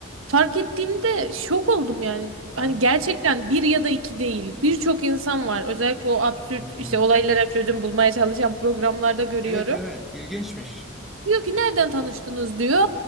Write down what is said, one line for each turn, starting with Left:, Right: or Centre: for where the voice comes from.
Right: fark ettiğimde şok oldum yani.
Centre: Ha.
Right: Hani gerçekten bir ya da iki değil. Birçok insan var. Özellikle o absürt
Centre: hmm.
Right: işte olaylara çözüm bulmaya çalışan programlarda görüyorum.
Centre: Evet evet ilginçmiş.
Right: Diyor ki nereden tanıştınız diyor.